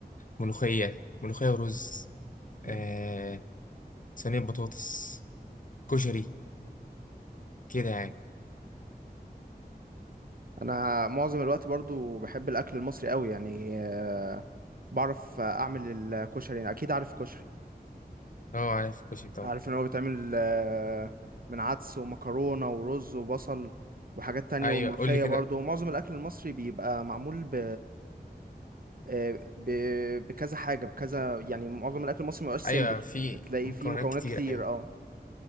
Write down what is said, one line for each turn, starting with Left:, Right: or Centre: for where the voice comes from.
Left: ملوخيه ملوخيه ورز آه،
Right: مم.
Left: صينيه بطاطس كشري كده يعني
Right: انا معظم الوقت برضو بحب الاكل المصري قوي يعني آه، بعرف آه، اعمل الكشري يعني اكيد عارف كشري
Left: اه عارف الكشري طبعا
Right: عارف ان هو بيتعمل آه، من عدس ومكرونه ورز وبصل وحاجات تانية
Left: ايوه
Right: والملوخيه
Left: قول لي كده
Right: برضو معظم الاكل المصري بيبقى معمول ب آه، ب- بكذا حاجة بكذا يعني معظم الأكل المصري مبقاش سيمبل
Left: ايوه في
Right: بتلاقي
Left: مكونات
Right: فيه مكونات
Left: كتير
Right: كتير
Left: ايوه
Right: اه